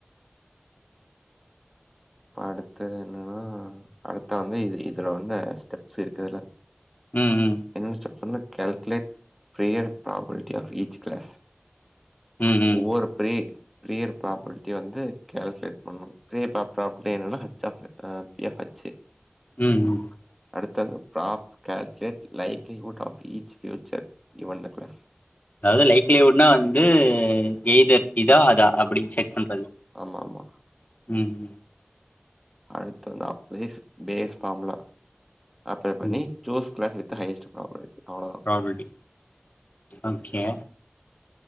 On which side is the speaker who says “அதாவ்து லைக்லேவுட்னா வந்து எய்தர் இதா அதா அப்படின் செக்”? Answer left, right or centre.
Left